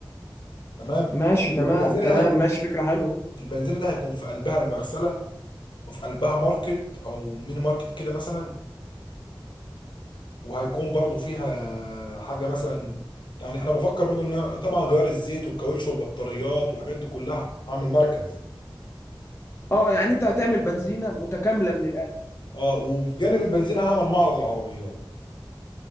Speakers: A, on the left; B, on the left.
A: تمام
B: ماشي
A: والبنزينه
B: تمام تمام
A: ده هيكون
B: ماشي فكرة حلوة
A: البنزينه ده هيكون في قلبها المغسله وفي قلبها ماركت او ميني ماركت كده مثلا وهيكون برضه فيها حاجه مثلا يعني انا بفكر برضه ان أنا طبعا غير الزيت والكاوتش والبطاريات والحاجات دي كلها هعمل مركز
B: اه يعني انت هتعمل بنزينة متكاملة من الآخر
A: اه وبجانب البنزين هعمل معرض العربيات